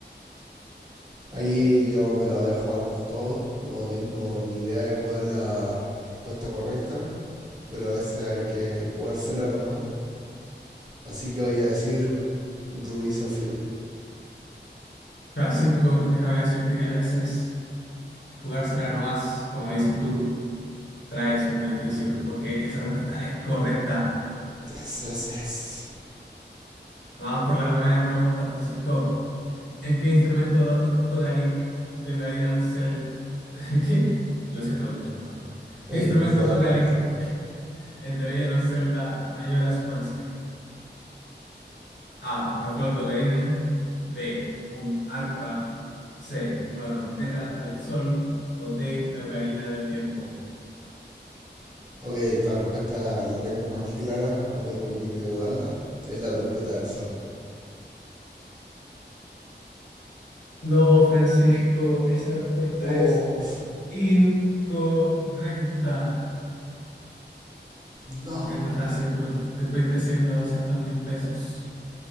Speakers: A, on the right; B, on the left.
A: Ahí yo me la voy a jugar con todo. No tengo ni idea de cuál es la respuesta correcta. Pero a veces hay que jugársela nomás. Así que voy a decir Rubí Zafiro.
B: Francisco, <laughs> déjame decirte que a veces jugársela nomás, como dices tú, trae sus beneficios, porque esa respuesta es correcta.
A: Yes, yes, yes.
B: Vamos por la novena pregunta, Francisco. ¿En qué instrumento do- toca Link de Ocarina of Zelda? <laughs> ¿Qué? Lo siento, lo siento. ¿Qué
A: Ey,
B: instrumento
A: por favor,
B: toca
A: tranquilo.
B: Link en The Legend of Zelda Majora's Mask? A. Una flauta ocarina. B. Un arpa. C. Una trompeta del sol. O D. La ocarina del tiempo.
A: Ok, esta respuesta la tengo más que clara, no tengo quien dudarla. Es la trompeta del sol.
B: No, Francisco, esa respuesta
A: No,
B: es incorrecta.
A: no.
B: Lo siento, Francisco. Te fuiste sin los doscientos mil pesos.